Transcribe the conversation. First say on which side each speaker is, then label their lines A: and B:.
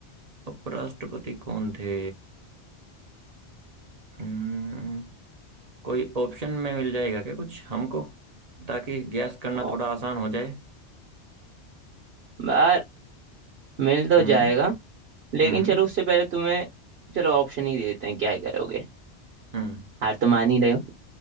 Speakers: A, on the right; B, on the right.
A: उपराष्ट्रपति कौन थे अम्म, कोई ऑप्शन में मिल जाएगा क्या कुछ हमको ताकि गैस करना
B: ओ,
A: थोड़ा आसान हो जाए
B: बार मिल तो
A: हम्म
B: जाएगा लेकिन
A: हम्म
B: चलो उससे पहले तुम्हें चलो ऑप्शन ही दे देते हैं क्या ही करोगे
A: हम्म
B: हार तो मान ही रहे हो